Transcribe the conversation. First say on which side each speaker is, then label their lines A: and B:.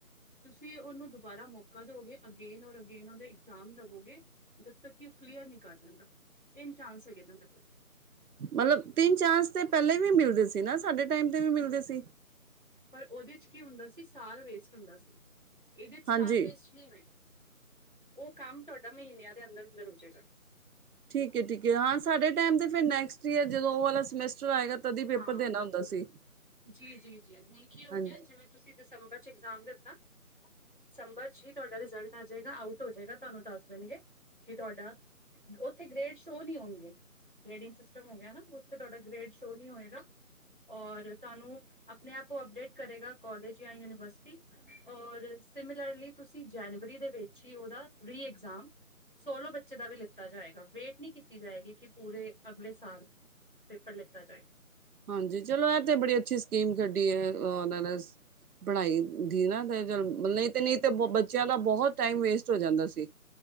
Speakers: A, on the right (about 35°); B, on the right (about 80°).
A: ਤੁਸੀਂ ਉਹਨੂੰ ਦੁਬਾਰਾ ਮੌਕਾ ਦਿਓਗੇ, ਅਗੇਨ ਔਰ ਅਗੇਨ ਉਹਦੇ ਇਗਜ਼ਾਮ ਲਵੋਗੇ। ਜਦ ਤੱਕ ਕਿ ਉਹ ਕਲੀਅਰ ਨਹੀਂ ਕਰ ਦਿੰਦਾ, ਤਿੰਨ ਚਾਂਸ ਹੈਗੇ ਇਹ ਦੇ ਕੋਲ।
B: ਮਤਲਬ, ਤਿੰਨ ਚਾਂਸ ਤੇ ਪਹਿਲੇ ਵੀ ਮਿਲਦੇ ਸੀ ਨਾ ਸਾਡੇ ਟਾਈਮ ਤੇ ਵੀ ਮਿਲਦੇ ਸੀ।
A: ਪਰ ਉਹਦੇ 'ਚ ਕੀ ਹੁੰਦਾ ਸੀ ਸਾਲ ਵੇਸਟ ਹੁੰਦਾ ਸੀ। ਇਹਦੇ 'ਚ ਸਾਲ
B: ਹਾਂਜੀ
A: ਵੇਸਟ ਨਹੀਂ ਹੋਏਗਾ, ਉਹ ਕੰਮ ਤੁਹਾਡਾ ਮਹੀਨਿਆਂ ਦੇ ਅੰਦਰ- ਅੰਦਰ ਹੋ ਜਾਏਗਾ।
B: ਠੀਕ ਹੈ, ਠੀਕ ਹੈ ਹਾਂ ਸਾਡੇ ਟਾਈਮ ਤੇ ਫਿਰ ਨੈਕਸਟ ਈਅਰ ਜਦੋਂ ਉਹ ਵਾਲਾ ਸਮੈਸਟਰ ਆਏਗਾ। ਤਦੀ ਪੇਪਰ
A: ਹਾਂ
B: ਦੇਣਾ ਹੁੰਦਾ ਸੀ
A: ਜੀ, ਜੀ, ਜੀ ਹੁਣ ਕੀ ਹੋ
B: ਹਾਂਜੀ
A: ਗਿਆ, ਜਿਵੇਂ ਤੁਸੀਂ ਦਿਸੰਬਰ 'ਚ ਇਗਜ਼ਾਮ ਦਿੱਤਾ ਦਿਸੰਬਰ 'ਚ ਹੀ ਤੁਹਾਡਾ ਰਿਜ਼ਲਟ ਆ ਜਾਏਗਾ, ਆਊਟ ਹੋ ਜਾਏਗਾ, ਤੁਹਾਨੂੰ ਦੱਸ ਦੇਣਗੇ ਕਿ ਤੁਹਾਡਾ। ਉੱਥੇ ਗ੍ਰੇਡ ਸ਼ੋਅ ਨਹੀ ਹੋਣਗੇ, ਗ੍ਰੇਡਿੰਗ ਸਿਸਟਮ ਹੋ ਗਿਆ ਨਾ ਉੱਥੇ ਤੁਹਾਡਾ ਗ੍ਰੇਡ। ਤੋਂ ਨਹੀ ਹੋਏਗਾ। ਔਰ ਤੁਹਾਨੂੰ ਆਪਣੇ ਆਪ ਉਹ ਅਪਡੇਟ ਕਰੇਗਾ ਕਾਲਜ ਜਾਂ ਯੂਨੀਵਰਸਿਟੀ ਔਰ ਸਿਮਿਲਰਲੀ ਤੁਸੀਂ ਜਨਵਰੀ ਦੇ ਵਿੱਚ ਹੀ ਉਹਦਾ, ਰੀਐਗਜ਼ਾਮ। ਸੋਲੋ ਬੱਚੇ ਦਾ ਵੀ ਲਿੱਤਾ ਜਾਏਗਾ, ਵੇਟ ਨਹੀਂ ਕੀਤੀ ਜਾਏਗੀ ਕਿ ਪੂਰੇ ਅਗਲੇ ਸਾਲ। ਪੇਪਰ ਲਿਤਾ ਜਾਏ।
B: ਹਾਂਜੀ ਚਲੋ ਇਹ ਤੇ ਬੜੀ ਅੱਛੀ ਸਕੀਮ ਕੱਢੀ ਏ ਉਹਨਾਂ ਨੇ ਸ। ਪੜ੍ਹਾਈ ਦੀ ਨਾ ਤੇ ਚੱਲ ਮਤਲਬ ਇਹ ਤੇ ਨਈ ਤੇ ਬੱਚਿਆਂ ਦਾ ਬਹੁਤ ਟਾਈਮ ਵੇਸਟ ਹੋ ਜਾਂਦਾ ਸੀ।